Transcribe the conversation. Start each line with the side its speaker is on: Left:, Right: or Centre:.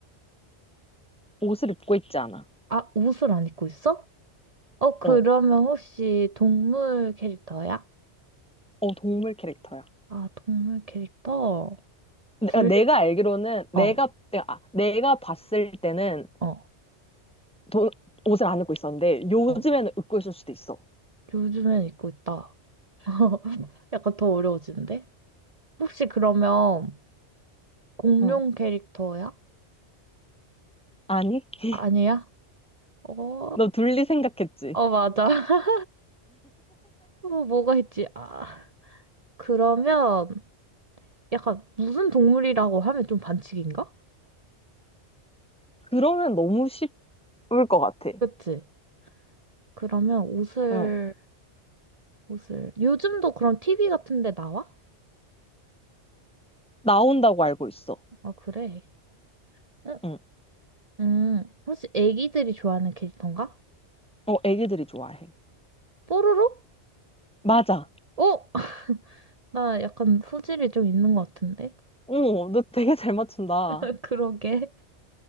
Centre: 옷을 입고 있지 않아.
Right: 아, 옷을 안 입고 있어? 어, 그러면
Centre: 어,
Right: 혹시 동물 캐릭터야?
Centre: 어, 동물 캐릭터야.
Right: 아, 동물 캐릭터?
Centre: 내가,
Right: 둘,
Centre: 내가 알기로는, 내가,
Right: 어,
Centre: 내가- 아, 내가 봤을 때는
Right: 어,
Centre: 도, 옷을 안 입고 있었는데, 요즘에는
Right: 어.
Centre: 입고 있을 수도 있어.
Right: 요즘엔 입고 있다. <laughs> 약간 더 어려워지는데? 혹시 그러면 공룡
Centre: 응,
Right: 캐릭터야?
Centre: 아니? <laughs>
Right: 아니야? 어,
Centre: 너 둘리 생각했지?
Right: 어, 맞아. <laughs> 어, 뭐가 있지? 아. 그러면 약간 무슨 동물이라고 하면 좀 반칙인가?
Centre: 그러면 너무 쉽을 것 같아.
Right: 그치? 그러면 옷을,
Centre: 응,
Right: 옷을. 요즘도 그럼 TV 같은 데 나와?
Centre: 나온다고 알고 있어.
Right: 아, 그래. 응,
Centre: 응,
Right: 음. 혹시 애기들이 좋아하는 캐릭터인가?
Centre: 어, 애기들이 좋아해.
Right: 뽀로로?
Centre: 맞아.
Right: 어? <laughs> 나 약간 소질이 좀 있는 것 같은데?
Centre: 오, 너 되게 잘 맞춘다.
Right: <laughs> 그러게.